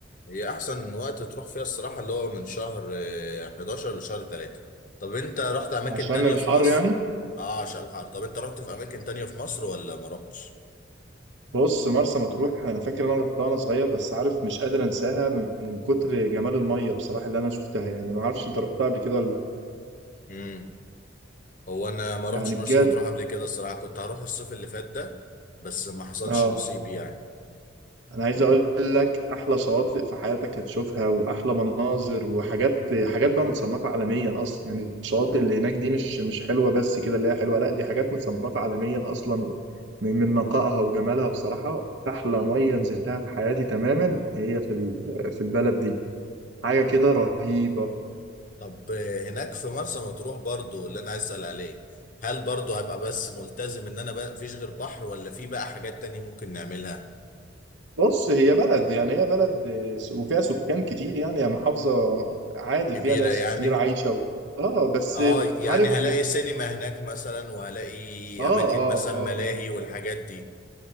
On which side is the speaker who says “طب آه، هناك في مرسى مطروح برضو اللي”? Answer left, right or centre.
Left